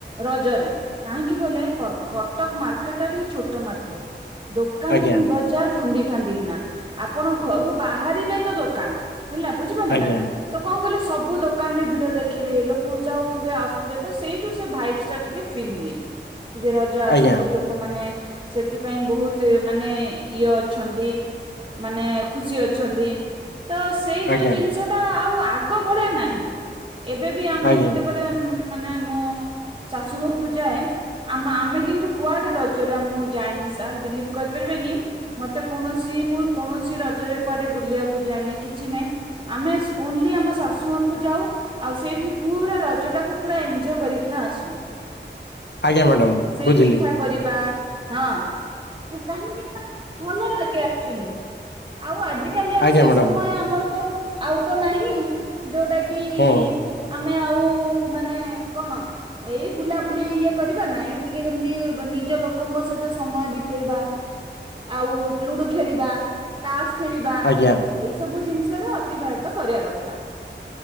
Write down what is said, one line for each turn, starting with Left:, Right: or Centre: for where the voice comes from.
Right: ରଜରେ କାହିଁକି ଗଲେ କଟକ ମାର୍କେଟ ଟା ଟିକେ ଛୋଟ ମାର୍କେଟ ଦୋକ ଦୋକାନ
Left: ଆଜ୍ଞା
Right: ବଜାର ଖୁନ୍ଦି ଖାନ୍ଦିି କି ନା ଆପଣ ଘରୁ ବାହାରିବେ ତ ଦୋକାନ। ହେଲା ବୁଝିପାରିଲେ
Left: ଆଜ୍ଞା
Right: ନା? ତ କଣ କହିଲେ ସବୁ ଦୋକାନରେ ଭିଡ ଦେଖିବେ ଲୋକ ଯାଉଥିବେ ଆସୁଥିବେ ତ ସେଇଠୁ ସେ ଭାଇଭ ଷ୍ଟାର୍ ଟିକେ ଫିଲ୍ ହୁଏ କି ରଜ ଆସୁଛି
Left: ଆଜ୍ଞା
Right: ଲୋ ଲୋକ ମାନେ ସେଥିପାଇଁ ବହୁତ ମାନେ ଇଏ ଅଛନ୍ତି। ମାନେ ଖୁସି ଅଛନ୍ତି। ତ ସେଇ ଯୋଉ
Left: ଆଜ୍ଞା
Right: ଜିନିଷଟା ଆଉ ଆଗ ଭଳିଆ ନାହିଁ ଏବେ ବି ଆମେ
Left: ଆଜ୍ଞା
Right: ଯେତେବେଳେ ମାନେ ମୋ ଶାଶୁ ଘରକୁ ଯାଏ ଆମ ଆମେ କିନ୍ତୁ କୁଆଡେ ରଜରେ ମୁଁ ଯାଏନି ସାର୍ ବିଲିଭ କରିପାରିବେନି ମତେ କୌଣସି ମୁଁ କୌଣସି ରଜରେ କୁଆଡେ ବୁଲିବାକୁ ଯାଏନି କିଛି ନାହିଁ ଆମେ ଓନ୍ଲି ଆମ ଶାଶୁ ଘରକୁ ଯାଉ ଆଉ ସେଇଠି ପୁରା ରଜ ଟାକୁ ପୁରା ଏଞ୍ଜୟ୍ କରିକିନା ଆସୁ।
Left: ଆଜ୍ଞା ମ୍ୟାଡ଼ାମ
Right: ସେଇ
Left: ବୁଝିଲି
Right: ପିଠା କରିବା ହଁ କାହିଁକି ନା ଭଲ ଲାଗେ ଆକଚୁଲି ଆଉ ଆଜିକାଲି ଆଉ
Left: ଆଜ୍ଞା
Right: ସେ
Left: ମ୍ୟାଡ଼ାମ
Right: ସମୟ ଆମର ତ ଆଉ ତ ନାହିଁ ଯୋଉଟା କି
Left: ହଁ
Right: ଆମେ ଆଉ ମାନେ କଣ? ଏଇ ବୁଲାବୁଲି ଇଏ କରିବା ନାଇଁ ଟିକେ କେମିତି ନିଜ ଲୋକଙ୍କ ସହିତ ସମୟ ବିତେଇବା। ଆଉ ଲୁଡୁ ଖେଳିବା ତାସ୍ ଖେଳିବା
Left: ଆଜ୍ଞା
Right: ଏଇସବୁ ଜିନିଷର ଅତିବାହିତ କରିବା କଥା।